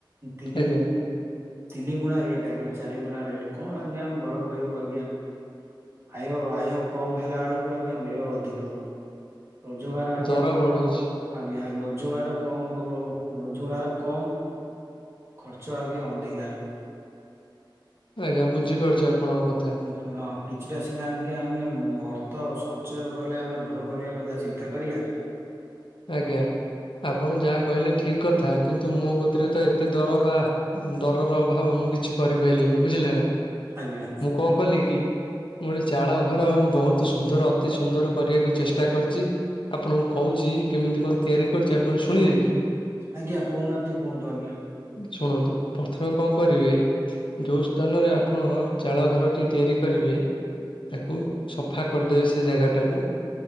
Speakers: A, on the right (about 30°); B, on the left (about 75°).
A: ତିନି
B: ଆଜ୍ଞା
A: ତିନି ଗୁଣା ରେଟ୍ ଆଜ୍ଞା ଚାରିଗୁଣା ରେଟ୍ କଣ ଆଜ୍ଞା ଆଉ ଘର କରିବୁ ଆଜ୍ଞା। ଆୟ ଆୟ କମ୍ ହେଲା ବେଳକୁ ଆଜ୍ଞା ବ୍ୟୟ ଅଧିକ। ରୋଜଗାର ଆଜ୍ଞା
B: ଦର
A: କମ୍
B: ବଢୁଛି।
A: ହ ଆଜ୍ଞା ରୋଜଗାର କମ୍ ହବ ରୋଜଗାର କମ୍ ଖର୍ଚ୍ଚ ଆଜ୍ଞା ଅଧିକା।
B: ଆଜ୍ଞା ବୁଝିପାରୁଛି ଆପଣଙ୍କ କଥା।
A: କିହଁ କିଛିଟା ସିନା ଆଜ୍ଞା ଆମେ ଅର୍ଥ ସଞ୍ଚୟ କଲେ ଆମେ ଘର କରିବା କଥା ଚିନ୍ତା କରିବା।
B: ଆଜ୍ଞା ଆପଣ ଯାହା କହିଲେ ଠିକ୍ କଥା କିନ୍ତୁ ମୋ କତିରେତ ଏତେ ଦରବା ଦରର ଅଭାବ ମୁଁ କିଛି କରିପାରିଲିିନି ବୁଝିଲେନା।
A: ଆଜ୍ଞା।
B: ମୁଁ କଅଁ କଲିକି? ଗୋଟେ ଚାଳ ଘର ବହୁତ୍ ସୁନ୍ଦର ଅତି ସୁନ୍ଦର କରିବାକୁ ଚେଷ୍ଟା କରିଚି। ଆପଣଙ୍କୁ କହୁଚି କେମିତି କଣ ତିଆରି କରିଚି ଆପଣ ଶୁଣିବେକି?
A: ଆଜ୍ଞା କହୁନାହାନ୍ତି କୁହନ୍ତୁ ଆଜ୍ଞା।
B: ଶୁଣନ୍ତୁ ପ୍ରଥମେ କଣ କରିବେ ଯୋଉ ସ୍ଥାନରେ ଆପଣ ଚାଳ ଘରଟି ତିଆରି କରିବେ। ତାକୁ ସଫା କରିଦେବେ ସେ ଜାଗାଟାକୁ।